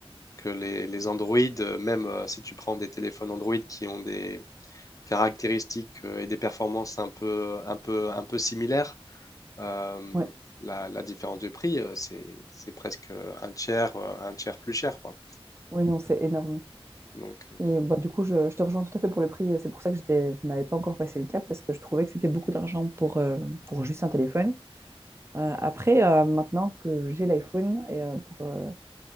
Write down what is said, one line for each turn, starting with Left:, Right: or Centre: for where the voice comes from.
Left: que les, les Android, euh, même euh, si tu prends des téléphones Android qui ont des caractéristiques euh, et des performances un peu, un peu, un peu similaires. euh,
Right: ouais.
Left: la, la différence de prix, euh, c'est, c'est presque euh, un tiers, euh, un tiers plus cher, quoi.
Right: Oui, non, c'est énorme.
Left: Donc,
Right: Et bah, du coup, je, je te rejoins tout à fait pour le prix. C'est pour ça que j'étais, je n'avais pas encore passé le cap parce que je trouvais que c'était beaucoup d'argent pour, euh, pour juste un téléphone. Euh, après, euh, maintenant que j'ai l'iPhone, et euh, pour, euh,